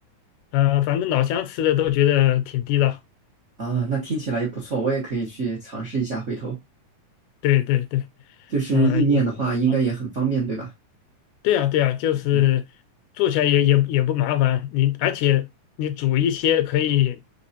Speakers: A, on the left (about 80°); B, on the right (about 85°).
A: 呃，反正老乡吃的都觉得挺地道。
B: 啊，那听起来也不错，我也可以去尝试一下，回头。
A: 对对对，
B: 就是意面的话，
A: 呃，也嗯
B: 应该也很方便，对吧？
A: 对啊对啊，就是做起来也也也不麻烦，
B: 嗯
A: 你而且你煮一些可以